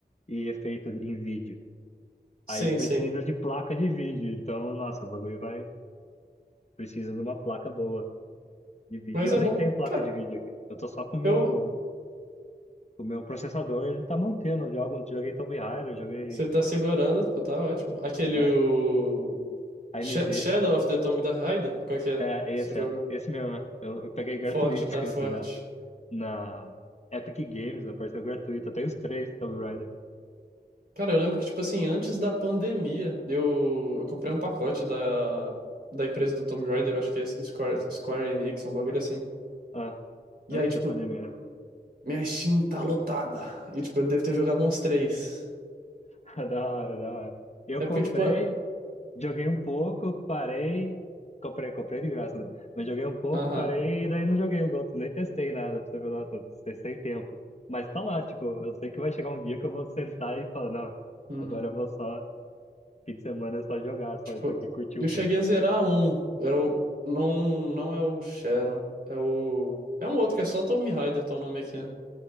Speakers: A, on the left; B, on the right.
A: e efeito em vídeo.
B: Sim,
A: Aí precisa
B: sim.
A: de placa de vídeo, então, nossa, o bagulho vai, precisa de uma placa boa. de vídeo.
B: Mas
A: E Eu
B: é
A: nem
B: bom.
A: tenho placa
B: Cara,
A: de vídeo aqui. Eu tô só com o meu,
B: eu.
A: com o meu processador, ele tá mantendo. Eu jogo, eu joguei Tomb Raider, eu joguei,
B: Você tá segurando, pô, tá ótimo. Aquele
A: né,
B: o...
A: AMD.
B: Sh- Shadow of the Tomb Raider, qual que é?
A: É, esse
B: Você joga?
A: é. Esse mesmo, é. Eu, eu peguei gratuito
B: Forte, tá
A: <laughs> esse
B: forte.
A: na, na Epic Games, apareceu gratuito. Eu tenho os três Tomb Raider.
B: Cara, eu lembro que, tipo assim, antes da pandemia, eu, eu comprei um pacote da, da empresa do Tomb Raider, eu acho que é Square, Square Enix, um bagulho assim.
A: Ah,
B: E
A: antes
B: aí, tipo,
A: da pandemia.
B: minha Steam tá lotada. E, tipo, eu devo ter jogado uns três.
A: <laughs> Da hora, da hora. Eu
B: É
A: comprei,
B: porque, tipo, é-
A: Joguei um pouco, parei. Comprei, comprei de graça, né? Mas joguei um pouco,
B: aham.
A: parei e daí não joguei os outros. Nem testei nada pra você ver, nossa, sem sem tempo. Mas tá lá, tipo, eu sei que vai chegar um dia que eu vou sentar e falar, não,
B: uhum.
A: agora eu vou só, fim de semana é só jogar, só
B: Tipo,
A: isso aqui, curtir
B: eu
A: um pouco.
B: cheguei a zerar um. Era o, não, não é o Sharon. É o. É um outro que é só Tomb Raider, tá o nome aqui.